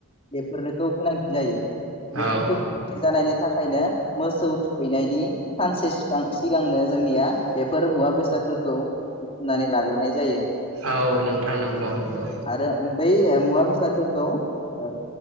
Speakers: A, on the left; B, on the right.
A: बेफोरखौ गोनांथि जायो। बेफोरखौ
B: औ
A: <unintelligible> जानायनि थाखायनो- मोसौ थुखैनायनि सानसे सिगांनो जोंनिया बेफोर मुवा बेसाद फोरखौ बुुथुमनानै लाग्रोनाय जायो
B: औ नोंथां नंगौ नंगौ
A: आरो बै मुवा बेसादफोरखौ ओ